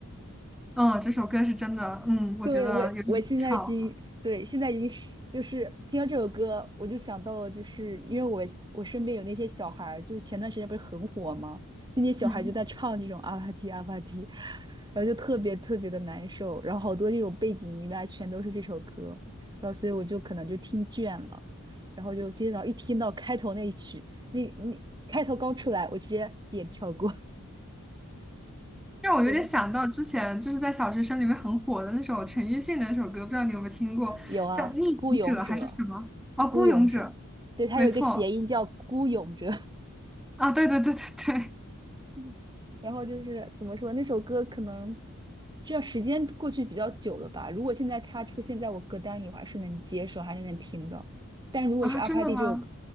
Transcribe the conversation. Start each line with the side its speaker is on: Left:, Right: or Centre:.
Centre: 嗯，这首歌是真的，嗯，我觉得有点吵，
Right: 对，我我现在已经对现在已经是就是听到这首歌，我就想到了，就是因为我我身边有那些小孩儿，就是前段时间不是很火吗？那些小孩就在唱这种阿帕提阿帕提，
Centre: 嗯，
Right: 然后就特别特别的难受，然后好多那种背景音乐啊全都是这首歌，然后所以我就可能就听倦了，然后就今天早上一听到开头那一曲，那那开头刚出来，我直接点跳过，
Centre: 让我有点想到之前就是在小学生里面很火的那首陈奕迅的那首歌，
Right: <laughs> 对。
Centre: 不知道你有没有听过，
Right: 有啊，
Centre: 叫《逆行者》还是什么？
Right: 孤勇者，
Centre: 哦，
Right: 孤勇者，
Centre: 《孤勇者》，
Right: 对，它有一个谐音叫孤勇者。
Centre: 没错，
Right: <laughs>
Centre: 啊，对对对对对，
Right: 嗯然后就是怎么说，那首歌可能这时间过去比较久了吧。如果现在它出现在我歌单里，我还是能接受，还是能听的。但如果是阿帕蒂这首歌，
Centre: 啊，真的吗？